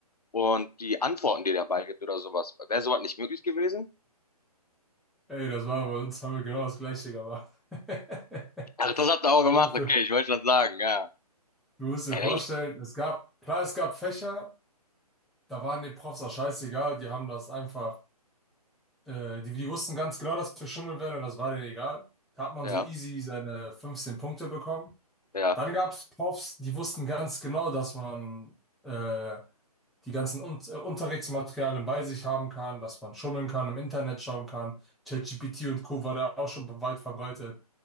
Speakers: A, on the left; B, in the centre.
A: und die Antworten, die dabei gibt oder sowas. Wäre sowas nicht möglich gewesen?
B: Ey, das war bei uns, haben wir genau das Gleiche gemacht. <laughs>
A: Ach, das habt ihr auch gemacht,
B: So ist
A: okay, ich wollte schon sagen, ja.
B: Du musst dir
A: Ey,
B: vorstellen, es gab, klar, es gab Fächer, da waren die Profs auch scheißegal, die haben das einfach, äh, die, die wussten ganz genau, dass wir schummeln werden und das war denen egal. Da hat man
A: ja,
B: so easy seine 15 Punkte bekommen.
A: ja.
B: Dann gab es Profs, die wussten ganz genau, dass man äh, die ganzen Un äh, Unterrichtsmaterialien bei sich haben kann, dass man schummeln kann, im Internet schauen kann. ChatGPT und Co. war da auch schon weit verbreitet.